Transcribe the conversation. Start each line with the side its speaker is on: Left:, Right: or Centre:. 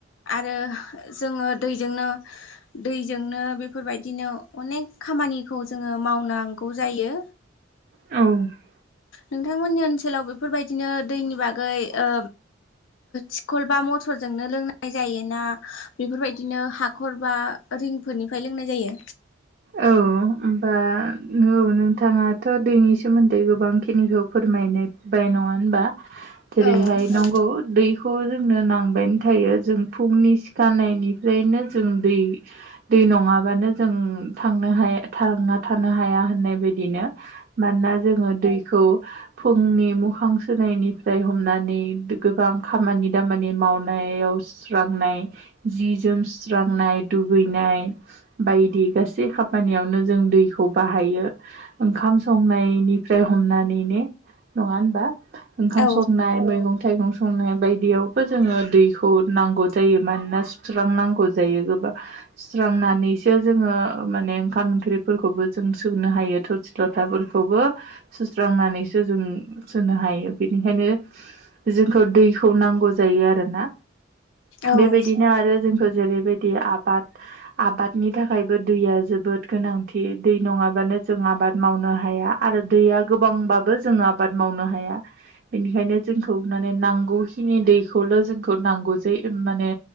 Left: आरो जोङो दैजोंनो दैजोंनो बेफोरबायदिनो अनेक खामानि निखौ जोङो मावनांगौ जायो।
Right: औ औ
Left: नोंथांमोननि ओनसोलाव बेफोरबायदिनो दैनि बागै ओ थिखल बा मथरजोंनो लोंनाय लोंनाय जायो ना बेफोरबायदिनो हाखर बा रिंफोरनिफ्राय लोंनाय जायो?
Right: औ होनबा नो नोंथांङाथ दैनि सोमोन्दै गोबां खिनिखौ फोरमायनायबाय नंङा होनबा जेरैहाय
Left: औ
Right: नंगौ दै खौ जोंनो नांबायानो थायो जों फुंनि सिखारानायनिफ्रायनो जों दै दै नंङाबानो जों थांनो हाया थांङा थानो हाया होननाय बदिनो मानोना जोंङो दैखौ फुंनि मुखां सोनायनिफ्राय हमनानै गोबां खामानि दामानि मावनाय नायाव सुस्रांनाय जि जोम सुस्रांनाय दुगैनाय बायदि गासि सै खामानियावनो जों दैखौ बाहायो ओंखाम संनायनिफ्राय हमनानै ने नंङा होनबा ओंखाम
Left: औ
Right: संनाय मैगंं थाइगं संनाय बायदियावबो जोंङो दैखौ नांगौ जायो मानोना सुस्रांनांगौ जायो गोब बा सुस्रांनानैसो जोंङो ओ माने ओंखाम ओंख्रिफोरखौबो जों सुनो हायो थोरसि लथाफोरखौबो सुस्रांनानै जों सोनो हायो बिनिखायनो जोंखौ दैखौ नांगौ जायो आरोना
Left: औ
Right: बेबायदिनो आरो जोंखौ जेरैबायदि आबाद आबादनि थाखाय बो दैया जोबोद गोनांथि दै नंङाबानो जों आबाद मावनो हाया आरो दैया गोबां बाबो जों आबाद मावनो हाया बेनिखायनो जोंखौ माने नांगौखिनि दैखौल जोंखौ नांगौ जाङो माने